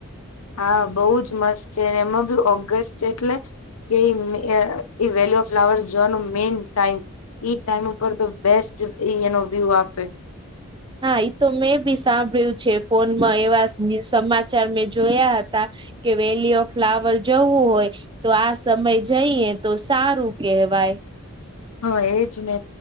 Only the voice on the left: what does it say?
હા બહુ જ મસ્ત છે એમાં બી ઓગસ્ટ છે એટલે, કે વેલ્યુ ઓફ ફ્લાવર્સ જોવાનું મેન ટાઈમ. ઈ ટાઈમ ઉપર તો બેસ્ટ ઇ એનો વ્યુ આપે.
હા એજ ને,